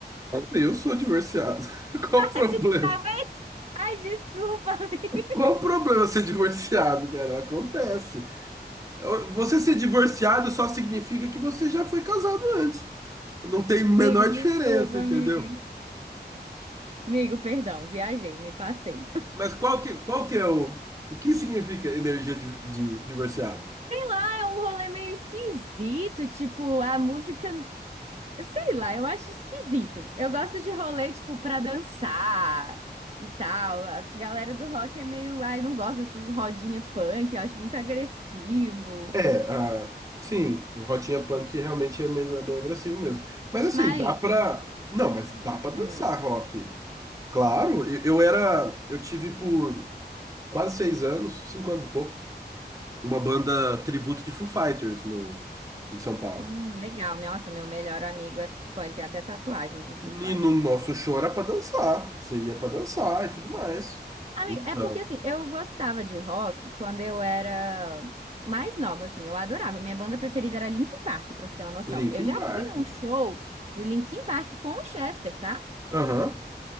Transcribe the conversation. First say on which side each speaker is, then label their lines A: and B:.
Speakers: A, on the right (about 20°); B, on the right (about 35°).
A: Eu sou divorciado. <laughs> Qual o problema?
B: Ai, de- tá vendo? Ai, desculpa, <laughs> amigo.
A: Qual o problema ser divorciado, cara? Acontece. Você ser divorciado só significa que você já foi casado antes. Não tem menor
B: Amigo, desculpa,
A: diferença, entendeu?
B: amigo. Amigo, perdão, viajei, me passei.
A: Mas qual que, qual que é o... O que significa energia de, de divorciado?
B: É um rolê meio esquisito, tipo, a música. Sei lá, eu acho esquisito. Eu gosto de rolê, tipo, pra dançar e tal. A galera do rock é meio. Ai, não gosto dessas rodinhas punk, eu acho muito agressivo.
A: É, ah, sim, Rotinha Punk realmente é meio, é meio agressivo mesmo. Mas assim,
B: Mas,
A: dá pra... Não, mas dá pra dançar
B: hum,
A: rock. Claro, eu eu era... Eu tive por quase seis anos, cinco anos e pouco, uma banda tributo de Foo Fighters no, em São Paulo.
B: hum, legal. Nossa, meu melhor amigo é fã, ele tem até tatuagem de Full Fighters.
A: E no nosso show era pra dançar. Você ia pra dançar e tudo mais.
B: Amiga,
A: Então,
B: é porque, assim, eu gostava de rock quando eu era mais nova, assim. Eu adorava. Minha banda preferida era Linkin Park, pra você ter uma noção.
A: Linkin
B: Eu já
A: Park.
B: fui num show do Linkin Park com o Chester, tá?
A: Aham.